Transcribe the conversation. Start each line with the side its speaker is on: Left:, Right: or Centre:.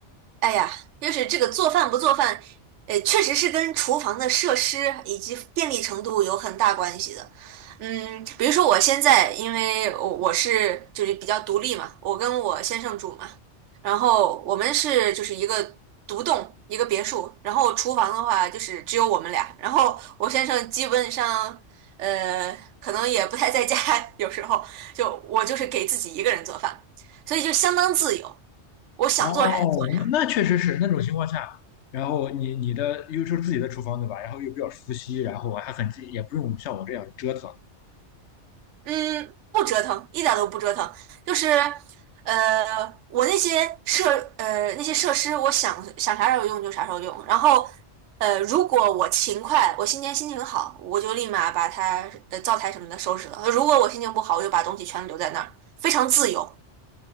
Right: 哎呀，就是这个做饭不做饭，呃，确实是跟厨房的设施以及便利程度有很大关系的。嗯，比如说我现在，因为我我是就是比较独立嘛，我跟我先生住嘛，然后我们是就是一个独栋一个别墅，然后厨房的话就是只有我们俩，然后我先生基本上呃可能也不太在家，<laughs> 有时候就我就是给自己一个人做饭，所以就相当自由。我想做啥就做啥，
Left: 哦，那那确实是那种情况下，然后你你的又是自己的厨房对吧？然后又比较熟悉，然后还很近，也不用像我这样折腾。
Right: 嗯，不折腾，一点都不折腾，就是，呃，我那些设呃那些设施，我想想啥时候用就啥时候用，然后，呃，如果我勤快，我今天心情好，我就立马把它呃灶台什么的收拾了；如果我心情不好，我就把东西全留在那儿，非常自由，